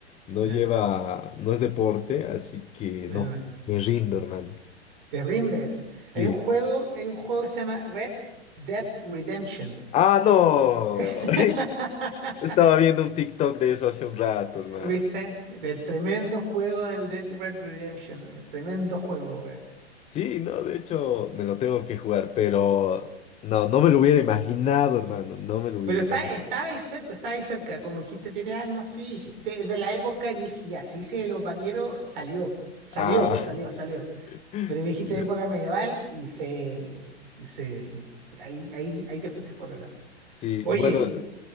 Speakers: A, on the left; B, on the right.
A: no
B: No,
A: lleva, no es deporte, así que
B: no,
A: no,
B: no. no.
A: me rindo, hermano.
B: Te rindes.
A: Sí.
B: Hay un juego, hay un juego que se llama Red Dead Redemption.
A: Ah, no.
B: <laughs>
A: <laughs> Estaba viendo un TikTok de eso hace un rato, hermano.
B: ¿Viste? Del tremendo juego del Dead Red Redemption, wey. Tremendo juego, wey.
A: Sí, no, de hecho, me lo tengo que jugar, pero no, no me lo hubiera imaginado, hermano. No me lo hubiera
B: Pero está,
A: imaginado.
B: estaba ahí cerca, estaba ahí cerca. Como dijiste, tiene armas, sí. Dijiste, "Es de la época, y dije, ya, sí, sí, de los vaqueros, salió, salió,
A: Ah,
B: salió, salió.
A: <laughs>
B: Pero me
A: cierto.
B: dijiste época medieval y se. Y se. y puta, ahí, ahí, ahí te fuiste por otro lado.
A: Sí,
B: Oye,
A: bueno,